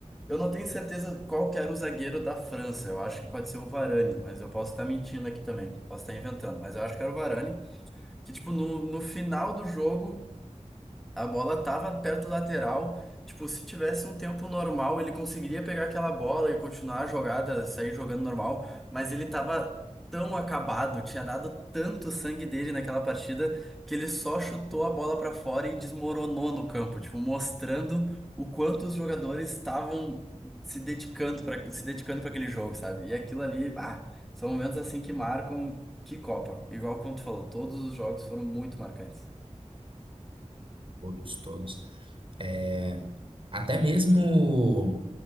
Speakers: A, in the centre; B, on the right (about 45°).
A: Eu não tenho certeza qual que era o zagueiro da França. Eu acho que pode ser o Varane, mas eu posso estar mentindo aqui também. Posso estar inventando, mas eu acho que era o Varane. Que, tipo, no, no final do jogo. A bola tava perto do lateral. Tipo, se tivesse um tempo normal, ele conseguiria pegar aquela bola e continuar a jogada, sair jogando normal. Mas ele tava tão acabado, tinha dado tanto sangue dele naquela partida, que ele só chutou a bola pra fora e desmoronou no campo. Tipo, mostrando o quanto os jogadores estavam se dedicando para se dedicando para aquele jogo, sabe? E aquilo ali, ah, são momentos assim que marcam que Copa. Igual como tu falou, todos os jogos foram muito marcantes.
B: Todos, todos. É, até mesmo